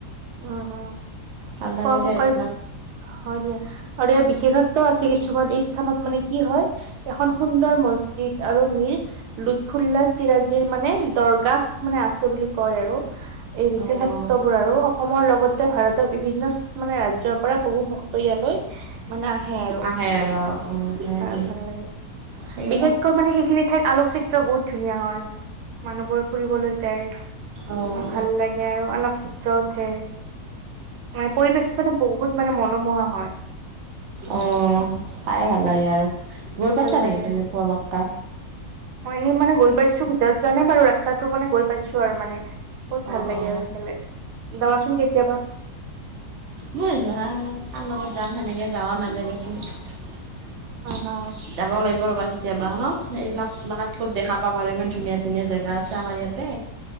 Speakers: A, on the right; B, on the right.
A: উম উম।
B: ভাল লাগিলে
A: পোৱামক্কাৰ
B: এইবিলাক
A: হয় দিয়া, আৰু ইয়াৰ বিশেষত্ব আছে কিছুমান এই স্থানত মানে কি হয় এখন সুন্দৰ মছজিদ আৰু মিৰ লুৎফুল্লা চিৰাজিৰ মানে দৰগাহ মানে আছে বুলি কয় আৰু এই বিশে
B: অ',
A: ক্ষেত্ৰবোৰ আৰু অসমৰ লগতে ভাৰতৰ বিভিন্ন স্থ মানে ৰাজ্যয়ৰ পৰা বহু ভক্ত ইয়ালৈ মানে আহে আৰু,
B: আহে আৰু অ', হয়
A: আৰু
B: দিয়া
A: ভাল লাগে।
B: সেই
A: বিশেষ
B: ন
A: মানে সেইখিনি ঠাইত আলোকচিত্ৰ বহুত ধুনীয়া হয়, মানুহবোৰে ফুৰিবলৈ যায়।
B: অ',
A: ভাল লাগে আৰু অলপ <unintelligible> ঢাপৰি বেছি মানে, বহুত মানে মনোমোহা হয়।
B: অহ চাই ভাল লাগে আৰু, গৈ পাইছা
A: ভাল লাগে
B: নেকি তুমি পৰ মৎকা
A: মই এনেই মানে গৈ পাইছো, ভিতৰত যোৱা নাই বাৰু ৰাস্তাটো মানে গৈ পাইছো আৰু মানে বহুত ভাল
B: অ',
A: লাগে
B: অ',
A: আৰু সেফালে, যাবা চোন‌‌ কেতিয়াবা
B: মই যোৱা, কাৰ লগত যাম সেনেকৈ যাৱ নাজাই দেচোন যাব
A: হয়
B: লাগিব ৰবা কেতিয়াবা, নহ এইবিলাক মানে ক'ত দেখা পাম আৰু ইমান ধুনীয়া ধুনীয়া জেগা আছে, আমাৰ ইয়াতে